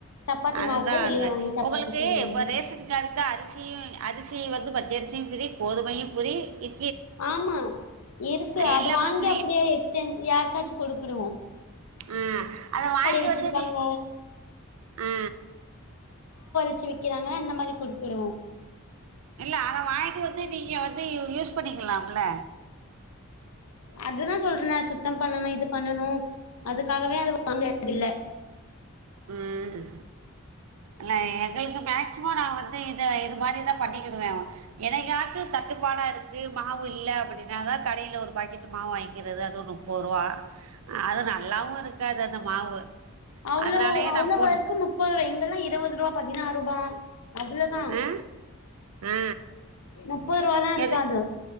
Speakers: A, on the left (about 80°); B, on the right (about 75°).
A: சப்பாத்தி
B: அதுதா
A: மாவு கூட வெளிய
B: அது
A: வாங்கி சப்பாத்தி
B: உங்களுக்கு
A: சுடுவாங்க
B: இப்ப ரேஷன் கார்டுக்கு அரிசியு அரிசி வந்து பச்சரிசியு ஃப்ரீ கோதுமையு ஃப்ரீ இ
A: ஆமா இருக்கு
B: எல்லாமே
A: அது வாங்கி
B: ஃப்ரீ
A: அப்புடியே எக்ஸ்சேஞ்ச் யாருக்காச்சு கொடுத்துடுவோ
B: உம் அத வாங்கி
A: வச்சிருக்காங்க
B: வந்து நி ஆ
A: ச்சு விக்கிறாங்க அந்த மாரி குடுத்துருவோ
B: இல்ல அத வாங்கிட்டு வந்து நீங்க வந்து யூஸ் பண்ணிக்கலாம்ல
A: அதுதா சொல்றனே சுத்தம் பண்ணணு இது பண்ணணு அதுக்காகவே அது வாங்ரதில்ல
B: உம் ல‌ ஏங்களுக்கு மேக்சிமம் நா வந்து இத இது மாரிதா பண்ணிகிடுவே என்னைக்காச்சு தட்டுப்பாடா இருக்கு மாவு இல்ல அப்புடின்னாதா கடைல ஒரு பாக்கெட் மாவு வாங்கிக்கிறது அதுவு முப்பருபா அது நல்லாவு இருக்காது அந்த மாவு
A: அவ்ளோ
B: அதனாலயே
A: அவ்ளவாருக்கு
B: நா போட்டு
A: முப்பதுருவா இங்கெல்லா இருவதுருவா பதினாறுபா அவ்ளோதா
B: ஆ ஆ
A: முப்பதுருவால்லா இருக்காது
B: எது